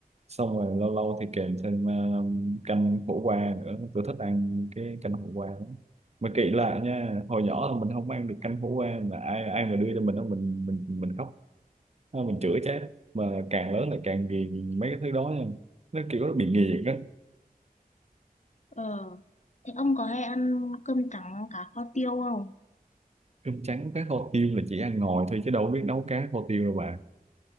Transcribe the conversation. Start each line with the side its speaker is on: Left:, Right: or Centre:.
Right: xong rồi lâu lâu thì kèm thêm ờ, canh khổ qua nữa tôi thích ăn cái canh khổ qua lắm. mà kỹ lại nha hồi nhỏ là mình không ăn được canh khổ qua mà ai ai mà đưa cho mình đó mình mình mình khóc Ờ, mình chửi chết mà càng lớn lại càng ghiền mấy cái thứ đó nha nó kiểu nó bị nghiện á
Left: Ờ. Thế ông có hay ăn cơm trắng cá kho tiêu không?
Right: cơm trắng cá kho tiêu là chỉ ăn ngồi thôi chứ đâu biết nấu cá kho tiêu đâu bà